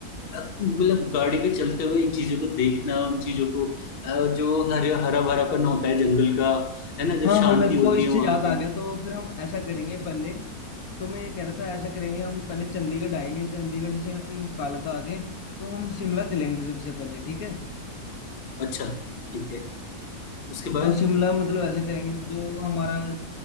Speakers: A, on the left; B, on the left.
A: अ, मतलब गाड़ी पे चलते हुए इन चीजों को देखना उन चीजों को अ, जो हरे हरा भरापन होता है जंगल का है ना जो
B: हाँ
A: शांति
B: हाँ मेरे को
A: होती
B: इससे
A: है वहां
B: याद आ
A: की
B: गया तो फिर हम ऐसा करेंगे पहले तो मैं ये कह रहा था ऐसा करेंगे हम पहले चंडीगढ़ आएंगे चंडीगढ़ से हम कालका आके तो हम शिमला चलेंगे सबसे पहले ठीक है
A: अच्छा ठीक है उसके बाद
B: तो शिमला मतलब ऐसा करेंगे जो हमारा